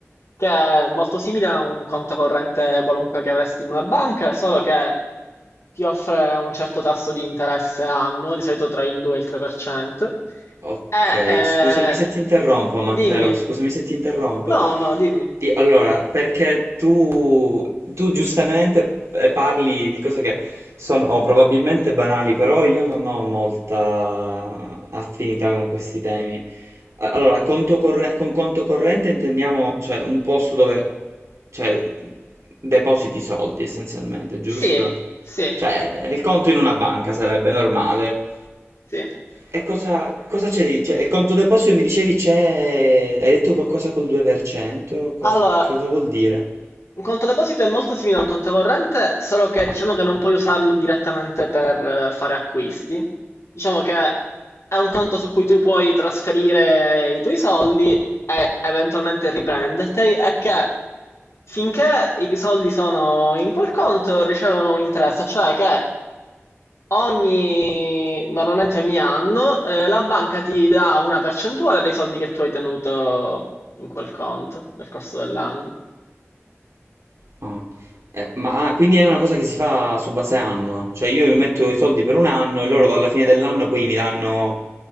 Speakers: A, on the left; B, on the right.
A: che è molto simile a un conto corrente qualunque che avresti in una banca, solo che ti offre un certo tasso di interesse annuo, di solito tra il 2 e il 3%.
B: Ok,
A: E, eh,
B: scusami se ti interrompo,
A: dimmi,
B: Matteo, scusami se ti interrompo.
A: no, no, dimmi.
B: Io- Allora, perché tu, tu giustamente eh, parli di cose che sono oh, probabilmente banali, però io non ho molta affinità con questi temi. A- Allora, conto corre- con conto corrente intendiamo, cioè, un posto dove, cioè, depositi soldi essenzialmente, giusto?
A: Sì, sì,
B: Cioè, il conto in una banca sarebbe normale.
A: sì.
B: E cosa, cosa c'è di... Cioè, il conto deposito mi dicevi c'è... Hai detto qualcosa col 2%? Cosa,
A: Allora,
B: cosa vuol dire?
A: Un conto deposito è molto simile a un conto corrente, solo che diciamo che non puoi usarlo direttamente per eh, fare acquisti. Diciamo che è un conto su cui tu puoi trasferire i tuoi soldi e eventualmente riprenderti, e che finché i soldi sono in quel conto ricevono un interesse, cioè che ogni, normalmente ogni anno eh, la banca ti dà una percentuale dei soldi che tu hai tenuto in quel conto nel corso dell'anno.
B: Ah. Eh, ma ah, quindi è una cosa che si fa su base annua. Cioè, io metto i soldi per un anno e loro alla fine dell'anno poi mi danno